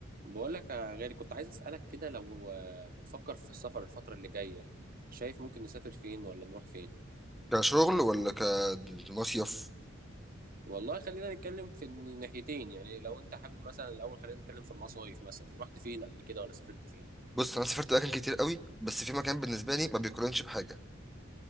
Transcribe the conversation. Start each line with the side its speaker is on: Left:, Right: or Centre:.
Right: بقول لك يا غالي كنت عايز أسألك كده لو آه، بتفكر في السفر الفترة اللي جاية شايف ممكن نسافر فين ولا نروح فين
Centre: كشغل ولا كمصيف
Right: والله خلينا نتكلم في الناحيتين يعني لو انت حابب مثلا الأول خلينا نتكلم في المصايف مثلا رحت فين قبل كده ولا سافرت فين
Centre: بص انا سافرت اماكن كتير قوي بس في مكان بالنسبه لي ما بيقارنش بحاجه